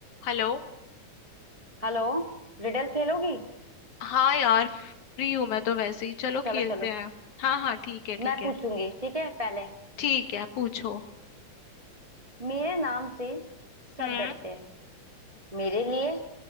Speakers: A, on the left; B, on the right.
A: Hello
B: Hello Riddle खेलोगी
A: हाँ यार free हूँ मैं तो वैसे ही चलो
B: चलो
A: खेलते
B: चलो
A: हैं हाँ हाँ ठीक है ठीक
B: मैं
A: है
B: पूछूंगी ठीक है पहले
A: ठीक है पूछो
B: मेरे नाम से सब
A: हम्म
B: डरते हैं मेरे लिए